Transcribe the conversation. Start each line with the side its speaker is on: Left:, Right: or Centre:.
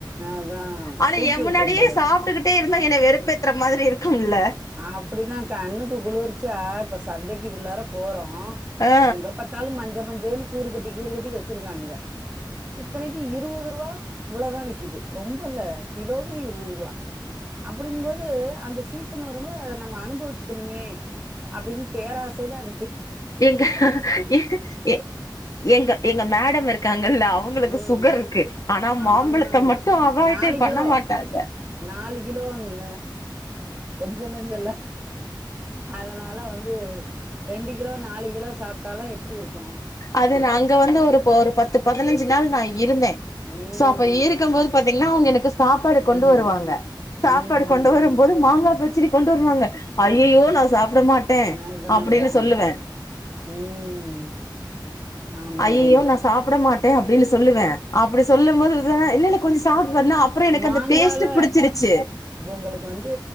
Right: அதா
Left: ஆனா
Right: தூக்கி
Left: எயா முன்னாடியே
Right: விட்ரும் போல இருக்கு
Left: சாப்ட்டுகிட் டே இருந்தா என்ன வெறுப்பேத்றா மாரி இருக்கும்ல
Right: அப்படிதா கண்ணுக்கு குளிர்ச்சியா இப்ப சந்தைக்கு உள்ளார போறோ
Left: ஆ
Right: எங்க பாத் பத்தாலு மஞ்ச மஞ்சேன்னு கூறுக்கட்டி கூறுக்கட்டி வெச்சிருக்கானுங்க இத்தனைக்கு இருவது ரூபா இவ்ளோதா விக்குது ரொம்ப இல்ல கிலோவே இருவது ரூபா அப்டிங்கும்போது அந்த சீச சன் வரும்போது அத நம்ம அனுபவிச்சுக்கணுமே அப்டின்னு பேராசையில அத தின்
Left: எங்க எங்க எ எங்க எங்க மேடம் இருக்காங்கல்ல அவுங்களுக்கு
Right: ம்
Left: சுகர் இருக்கு ஆனா மாம்பழத்த
Right: ஆமா ஆமா
Left: மட்டு அவாயிட்டே
Right: நாலு
Left: பண்ண
Right: கிலோ
Left: மாட்டாங்க
Right: நாலு கிலோங்க கொஞ்ச நஞ்சோல்ல அதனால வந்து ரெண்டு கிலோ நாலு கிலோ சாப்டாலா எப்டி இருக்கு
Left: அது நா அங்க வந்து ஒரு ஒரு பத்து பதினஞ்சு நாள் நான் இருந்தே
Right: ம்
Left: சோ அப்ப இருக்கும் போது பாத்தீங்கன்னா அவுங்க எனக்கு சாப்பாடு கொண்டு
Right: ம்
Left: வருவாங்க சாப்பாடு
Right: ம்
Left: கொண்டு வரும்போது மாங்கா பச்சடி கொண்டு வருவாங்க ஐ அய்யய்யோ நா சாப்ட மாட்ட
Right: அதான்
Left: அப்டின்னு
Right: அதான் அதான்.
Left: சொல்லுவே
Right: ம் ஆமாம்
Left: அய்யய்யோ
Right: தோழி
Left: நா சாப்புட மாட்டே அப்டின்னு சொல்லுவே அப்டி சொல்லும் போது பாத்தினா இல்லல்ல கொஞ்சோ சாப்ட்டு பாருன்னு அப் அப்றோ எனக்கு
Right: மாங்கால
Left: அந்த டேஸ்ட் புடிச்சிருச்சு
Right: இப்ப உங்களுக்கு வந்து